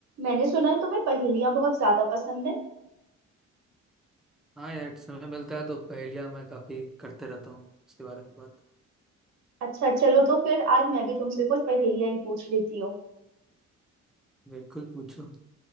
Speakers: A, on the right; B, in the centre.
A: मैंने सुना है तुम्हें पहेलियां बहुत ज्यादा पसंद है
B: हाँ यार समय मिलता है तो पहेलियाँ मैं काफी करते रहता हूँ उसके बारे में बात
A: अच्छा चलो तो फिर आज मैं भी तुमसे कुछ पहेलियां ही पूछ लेती हूँ
B: बिल्कुल पूछो